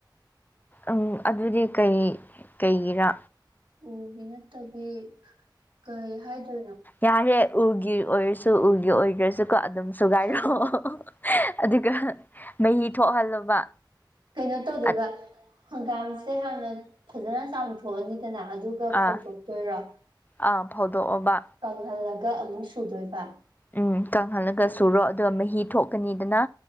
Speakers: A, on the left; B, on the right.
A: ꯎꯝ ꯑꯗꯨꯗꯤ ꯀꯩ ꯀꯩꯒꯤꯔꯥ
B: ꯎ ꯅꯠꯇꯕꯤ ꯀꯩ ꯍꯥꯏꯗ
A: ꯌꯥꯔꯦ ꯎꯒꯤ ꯑꯣꯏꯔꯁꯨ ꯎꯒꯤ ꯑꯣꯏꯗ꯭ꯔꯁꯨ ꯁꯨ ꯀꯣ ꯑꯗꯨꯝ ꯁꯨꯒꯥꯏꯔꯣꯑꯣ
B: ꯍꯣꯏ ꯍꯣꯏ
A: ꯑꯗꯨꯒ ꯃꯍꯤ ꯊꯣꯛꯍꯜꯂꯣꯕ
B: ꯀꯩꯅꯣ ꯇꯧꯗꯣꯏꯕ
A: ꯑ
B: ꯍꯪꯒꯥꯝꯁꯦ ꯍꯥꯟꯅ ꯐꯖꯅ ꯆꯥꯝꯊꯣꯛꯑꯅꯤꯗꯅ ꯑꯗꯨꯒ ꯐꯧꯗꯣꯛꯇꯣꯏꯔꯣ
A: ꯑꯥ ꯑꯥ ꯐꯥꯎꯗꯣꯛꯑꯕ
B: ꯀꯪꯍꯜꯂꯒ ꯑꯃꯨꯛ ꯁꯨꯗꯣꯏꯕ
A: ꯎꯝ ꯀꯪꯍꯜꯂꯒ
B: ꯎꯝ
A: ꯁꯨꯔꯣ ꯑꯗꯨꯒ ꯃꯍꯤ ꯊꯣꯛꯀꯅꯤꯗꯅ